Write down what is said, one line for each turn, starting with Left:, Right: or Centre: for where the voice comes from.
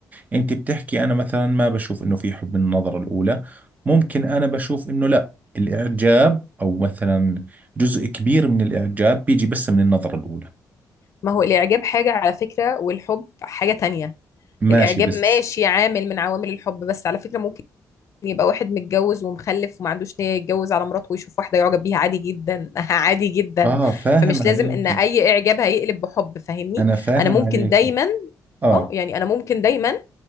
Right: انت بتحكي انا مثلا ما بشوف انه في حب من النظرة الاولى ممكن انا بشوف انه لا الاعجاب او مثلا جزء كبير من الاعجاب بيجي بس من النظرة الاولى
Left: ما هو الإعجاب حاجة على فكرة والحب حاجة تانية
Right: ماشي
Left: الإعجاب
Right: بس
Left: ماشي عامل من عوامل الحب بس على فكرة ممكن يبقى واحد متجوز ومخلف وما عندوش نية يتجوز على مراته ويشوف واحدة يعجب بيها عادي جدا <laughs> عادي جدا
Right: اه فاهم
Left: فمش
Right: عليكي
Left: لازم ان اي اعجاب هيقلب بحب فاهمني
Right: انا فاهم
Left: انا ممكن
Right: عليكي
Left: دايما
Right: اه
Left: اه يعني انا ممكن دايما